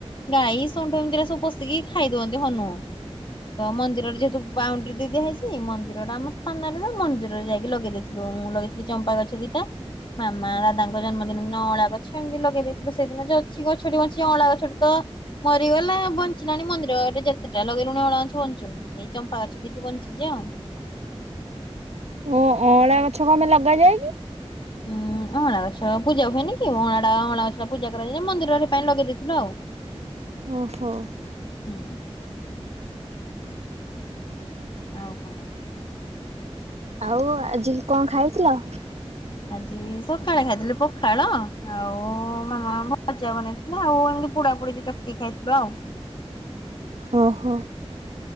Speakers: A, on the left; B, on the right.
A: ଗାଈ ଷଣ୍ଢ ଏମିତିରା ସବୁ ପଷିକି ଖାଇଦଉଚନ୍ତି ହନୁ। ତ ମନ୍ଦିରରେ ଯେହେତୁ ବାଉଣ୍ଡ୍ରୀ ଦେଇ ଦିଆହେଇଛି ମନ୍ଦିର ଟା ଆମ ସାମ୍ନାରେ ଯେ ମନ୍ଦିରରେ ଯାଇ। ଲଗେଇ ଦେଇଥିଲୁ ମୁଁ ଲଗେଇଥିଲି ଚମ୍ପା ଗଛ ଦିଟା। ମାମା ଦାଦାଙ୍କ ଜନ୍ମଦିନ ଦିନ ଅଁଳା ଗଛ ଏମିତି ଲଗେଇ ଦେଇଥିଲେସେଇଦିନ ଅଛି ଗଛଟି ବଞ୍ଚି ଗଛଟି ଅଁଳା ଗଛଟି ତ ମରିଗଲ ବଞ୍ଚିଲାଣି ମନ୍ଦିର ରେ ଯେତେଟା ଲଗେଇଲୁଣି ଅଁଳା ଗଛ ବଞ୍ଚୁନି। ଏଇ ଚମ୍ପା ଗଛ ଦିଟି ବଞ୍ଚିଛି ଆଉ।
B: ଓ ଅଁଳା ଗଛ କଣ ପାଇଁ ଲଗାଯାଏ କି?
A: ଉଁ ଅଁଳା ଗଛ ପୂଜା ହୁଏନି କି ଅଁଳାଟା ଅଁଳା ଗଛ ଟା ପୂଜା କରାଯାଏ। ମନ୍ଦିରରେ ହେ ପାଇଁ ଲଗେଇ ଦେଇଥିଲୁ ଆଉ।
B: ଓହୋ।
A: ହୁଁ। ଆଉ କହ।
B: ଆଉ ଆଜି କଣ ଖାଇଥିଲ?
A: ଆଜି ସକାଳେ ଖାଇଥିଲୁ ପଖାଳ ଆଉ ମାମା ଭଜା ବନେଇଥି ନା ଆଉ ଏମିତି ପୋଡା ପୁଡିଛି ଚକଟି ଖାଇଥିଲୁ ଆଉ
B: ଓହୋ।